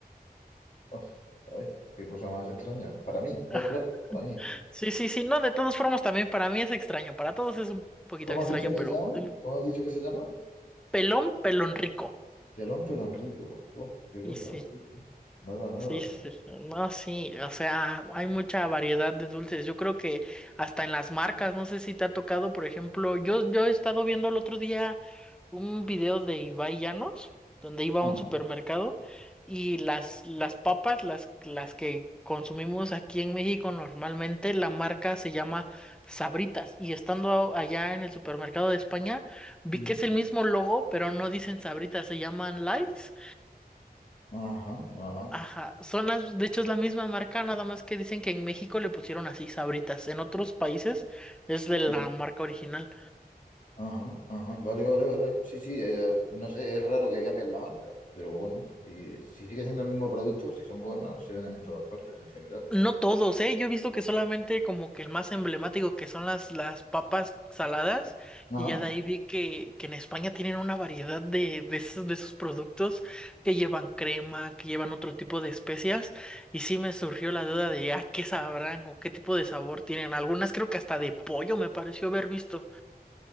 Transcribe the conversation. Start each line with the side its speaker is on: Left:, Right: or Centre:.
Left: Uf, ay, qué cosa más extraña. Para mí,
Centre: Ah,
Left: va, claro, para mí.
Centre: Sí, sí, sí, no, de todas formas también para mí es extraño, para todos es un poquito
Left: ¿Cómo
Centre: extraño,
Left: has dicho que
Centre: pero
Left: se llama?
Centre: mm,
Left: ¿Cómo has dicho que se llama?
Centre: pelón, pelón rico.
Left: Pelón, pelón rico. Oh, qué
Centre: Y
Left: cosa.
Centre: sí.
Left: Nada, nada.
Centre: Sí, sí, sí. no, sí, o sea, hay mucha variedad de dulces. Yo creo que hasta en las marcas, no sé si te ha tocado, por ejemplo, yo, yo he estado viendo el otro día un video de Ibai Llanos, donde iba
Left: Ajá,
Centre: a un supermercado y las, las papas, las, las que consumimos aquí en México normalmente, la marca se llama Sabritas. Y estando allá en el supermercado de España, vi
Left: mm,
Centre: que es el mismo logo, pero no dicen Sabritas, se llaman Lays.
Left: ajá, ajá,
Centre: Ajá, son las, de hecho es la misma marca, nada más que dicen que en México le pusieron así Sabritas, en otros países es de la
Left: mm,
Centre: marca original.
Left: ajá, ajá. Vale, vale, vale. Sí, sí, eh, no sé, es raro que cambien la marca, pero bueno, si, si sigue siendo el mismo producto, si son buenos, se venden en todas partes en general.
Centre: No todos, ¿eh? Yo he visto que solamente como que el más emblemático que son las, las papas saladas
Left: Ajá,
Centre: y ya de ahí vi que, que en España tienen una variedad de, de esos, de esos productos que llevan crema, que llevan otro tipo de especias y sí me surgió la duda de, ah, ¿qué sabrán o qué tipo de sabor tienen? Algunas creo que hasta de pollo me pareció haber visto.